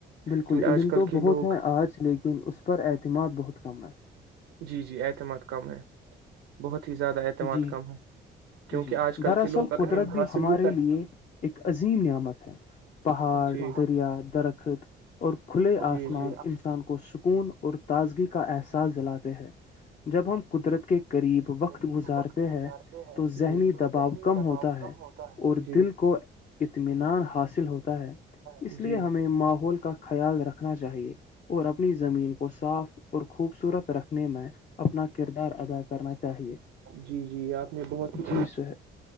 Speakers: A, on the left; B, on the right.
A: بالکل
B: کیونکہ
A: علم
B: آج کل
A: تو
B: کے
A: بہت
B: لوگ
A: ہیں آج لیکن اس پر اعتماد بہت کم ہے
B: جی جی اعتماد کم ہے بہت ہی زیادہ اعتماد
A: جی
B: کم ہے کیونکہ
A: جی
B: آج کل
A: دراصل
B: کے لوگ اگر
A: قدرت
B: ان حاصل
A: ہمارے
B: بھی کر
A: لیے ایک عظیم نعمت ہے پہاڑ
B: جی
A: دریا درخت اور کھلے آسمان
B: جی
A: انسان کو سکون اور تازگی کا احساس دلاتے ہیں جب ہم قدرت کے قریب وقت
B: ب
A: گزارتے
B: وقت
A: ہیں
B: گزارتے ہیں
A: تو ذہنی
B: تو
A: دباؤ
B: ذہنی
A: کم
B: دباؤ
A: ہوتا ہے
B: کم ہوتا ہے
A: اور دل کو اطمینان حاصل ہوتا ہے اس
B: جی
A: لیے ہمیں
B: جی
A: ماحول کا خیال رکھنا چاہیے اور اپنی زمین کو صاف اور خوبصورت رکھنے میں اپنا کردار ادا کرنا چاہیے
B: جی جی آپ نے بہت ہی
A: جی سر